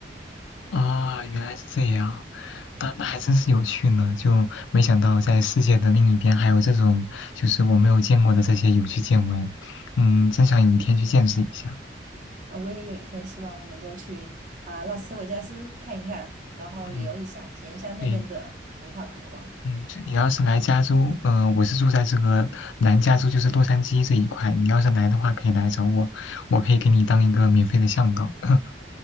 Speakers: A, on the left; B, on the right.
A: 啊，原来是这样，那那还真是有趣呢，就没想到在世界的另一边还有这种就是我没有见过的这些有趣见闻，嗯，真想有一天去见识一下。
B: 啊，我也有一天希望能够去啊、拉斯维加斯看一看，然后旅游一下，
A: 嗯，
B: 体验一下那边的文化风光。
A: 对，嗯，就你要是来加州，嗯，我是住在这个南加州，就是洛杉矶这一块，你要是来的话可以来找我，我可以给你当一个免费的向导。<laughs>